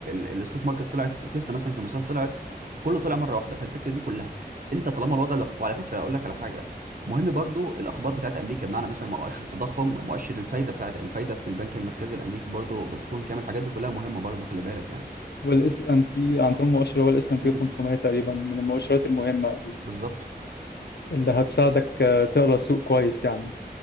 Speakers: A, on the right; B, on the left.
A: ال- الستوك ماركت طلعت تسلا مثلا كمثال طلعت كله طلع مره واحده فالفكره دي كلها انت طالما الوضع اللي... وعلى فكره اقول لك على حاجه مهم برضو الاخبار بتاعت امريكا بمعنى مثلا مؤشر التضخم مؤشر الفايده بتاعت الفايده في البنك المركزي الامريكي برضو بتكون كامل الحاجات دي كلها مهمه برضو خلي بالك يعني
B: والاس ان بي عندهم مؤشر هو الاس ان بي
A: امم
B: 500 تقريبا من المؤشرات المهمه
A: بالظبط
B: اللي هتساعدك آه، تقرا السوق كويس يعني